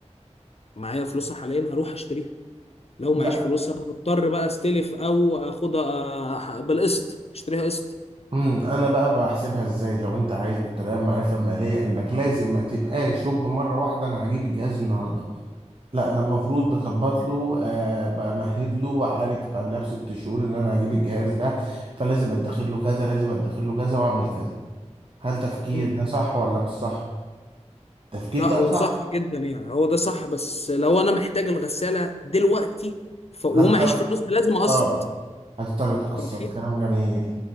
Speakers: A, on the left (about 55°); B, on the right (about 45°).
A: معايا فلوسها حاليا هروح اشتريها لو معيش
B: لا
A: فلوسها هضطر بقى استلف او اخدها أح- بالقسط اشتريها قسط
B: امم انا بقى بحسبها ازاي لو انت عايز بالطريقه المعرفه الماليه انك لازم ما تبقاش شوب مره واحده انا هجيب الجهاز النهارده لا انا المفروض
A: طب-
B: بظبط له آه بمهد له وعارف قبلها بست شهور ان انا هجيب الجهاز ده فلازم ادخر له كذا لازم ادخر له كذا واعمل كذا هل تفكير
A: مم.
B: ده صح ولا مش صح التفكير
A: لا
B: ده
A: هو
B: صح
A: صح جدا يعني هو ده صح بس لو انا محتاج الغسالة دلوقتي ف... ومعيش
B: هتضطر
A: فلوس لازم اقسط
B: اه هتضطر تقسط
A: ففي
B: كلام جميل